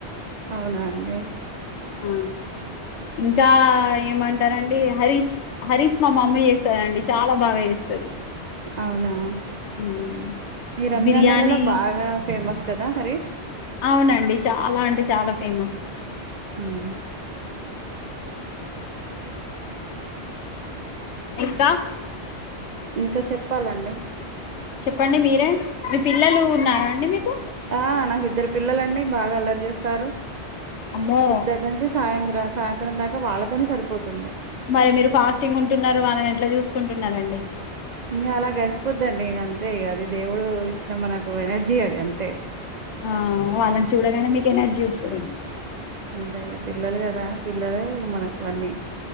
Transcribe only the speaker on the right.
అవునా అండి
అవునా
ఈ రంజాన్
నెలలో బాగా ఫేమస్ కదా హరీష్
యూ
ఇంకా చెప్పాలండి
ఆ నాకు ఇద్దరు పిల్లలు అండి బాగా అల్లరి చేస్తారు
పొద్దటి నుంచి సాయంత్రం సాయంత్రం దాకా వాళ్ళతోనే సరిపోతుంది
ఇంకా అలా గడిచి పోద్దండి ఇగ అంతే అది దేవుడు ఇచ్చిన మనకు ఎనర్జీ అది అంతే
అంతే గా పిల్లలు కదా పిల్లలే మనకు అన్ని